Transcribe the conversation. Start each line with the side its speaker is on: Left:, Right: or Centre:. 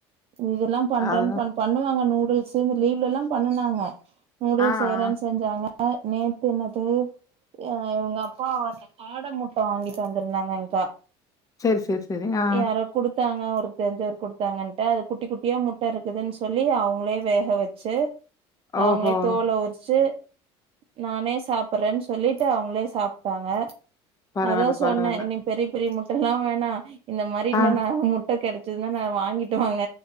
Right: இதெல்லா பண்றேன்னு
Left: அதனா
Right: பண் பண்ணுவாங்க நூடுல்ஸ் இந்த லீவ்ல ல்லா பண்ணுனாங்க நூடுல்ஸ்
Left: ஆ
Right: செய்றேன்னு
Left: ஆ
Right: செஞ்சாங்க நேத்து என்னது அ இவுங்க அப்பா வந்து காட முட்ட வாங்கிட்டு வந்திருந்தாங்க கா
Left: சேரி சேரி சேரி ஆ
Right: யாரோ குடுத்தாங்க ஒரு தெரிஞ்சவர் குடுத்தாங்கன் ட அது குட்டி குட்டியா முட்ட இருக்குதுன்னு சொல்லி அவுங்களே வேக வச்சு அவுங்களே
Left: ஓஹோ
Right: தோல உரிச்சு நானே சாப்டுறேன்னு சொல்லிட்டு அவுங்களே சாப்டாங்க
Left: பரவால்ல,
Right: அதா
Left: பரவால்ல.
Right: சொன்னே இனி பெரிய பெரிய முட்ட ல்லா வேணா இந்த மாரி இன்னு
Left: ஆ,
Right: நாளு முட்டை கெடைச்சதுன்னா நா வாங்கிட்டு வாங்க